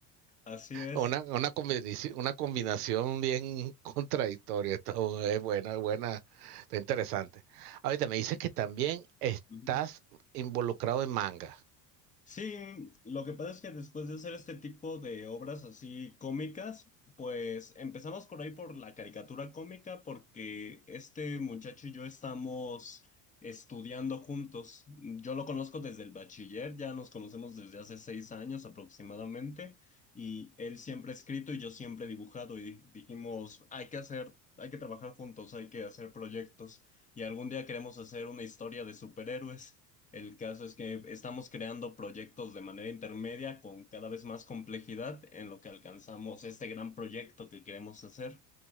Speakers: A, on the left; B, on the right.
A: Así es.
B: Una, una, combinación, una combinación bien <laughs> contradictoria. Esto es buena, es buena, está interesante. Ahorita me dices que también estás
A: Ujú.
B: involucrado en manga.
A: Sí, lo que pasa es que después de hacer este tipo de obras así cómicas, pues empezamos por ahí por la caricatura cómica porque este muchacho y yo estamos estudiando juntos. Yo lo conozco desde el bachiller, ya nos conocemos desde hace seis años aproximadamente y él siempre ha escrito y yo siempre he dibujado y dijimos, hay que hacer, hay que trabajar juntos, hay que hacer proyectos y algún día queremos hacer una historia de superhéroes. El caso es que estamos creando proyectos de manera intermedia con cada vez más complejidad en lo que alcanzamos este gran proyecto que queremos hacer.